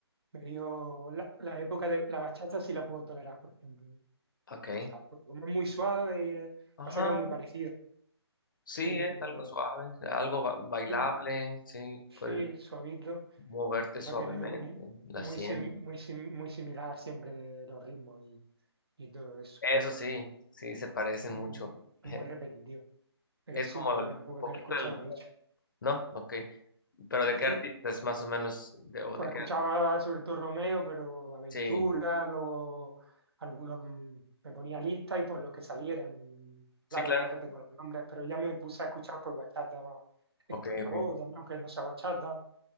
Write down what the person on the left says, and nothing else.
ok.
Ajá,
sí,
es
algo suave, algo ba- bailable,
sí,
puedes
moverte
suavemente,
la
sientes.
Eso sí, sí, se parecen
mucho.
<laughs>
Es
como
el
poquito
el,
¿no? Ok. Pero
¿de qué
artistas más o menos? De, ¿O
de qué?
Sí,
sí,
claro.
Ok, ok.